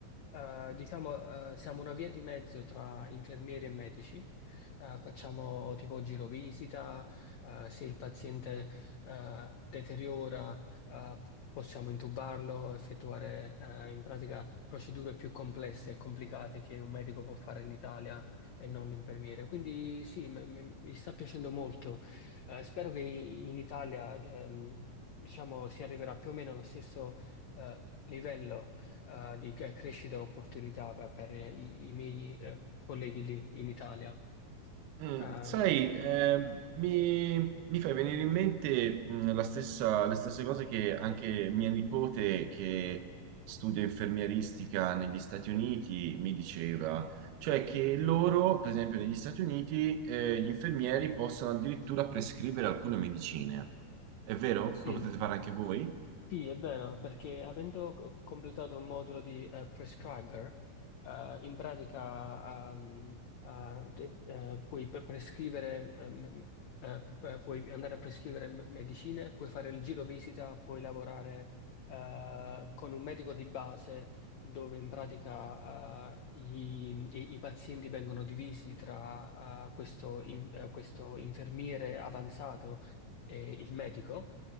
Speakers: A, on the left (about 90°); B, on the right (about 85°).
A: eh, diciamo, eh, siamo una via di mezzo tra infermieri e medici. Eh, facciamo tipo girovisita, eh, se il paziente eh, deteriora eh, possiamo intubarlo, effettuare eh, in pratica procedure più complesse e complicate che un medico può fare in Italia e non l'infermiere. Quindi sì, m- m- mi sta piacendo molto. Eh, spero che in Italia, ehm, diciamo, si arriverà più o meno allo stesso eh, livello eh, di c- crescita e opportunità per, per i, i miei eh, colleghi lì in Italia.
B: Mm,
A: Ehm,
B: sai, ehm, mi, mi fai venire in mente mm, la stessa- le stesse cose che anche mia nipote, che studia infermieristica negli Stati Uniti, mi diceva. Cioè che loro, per esempio, negli Stati Uniti, eh, gli infermieri possono addirittura prescrivere alcune medicine. È vero?
A: sì.
B: Lo potete fare anche voi?
A: Sì, è vero, perché avendo co- completato un modulo di eh, prescriber, eh, in pratica ehm, eh, te- eh, puoi pre- prescrivere, ehm, eh, p- eh, puoi andare a prescrivere m- medicine, puoi fare il giro visita, puoi lavorare eh, con un medico di base dove in pratica eh, i, i- i pazienti vengono divisi tra eh, questo in- eh, questo infermiere avanzato e il medico.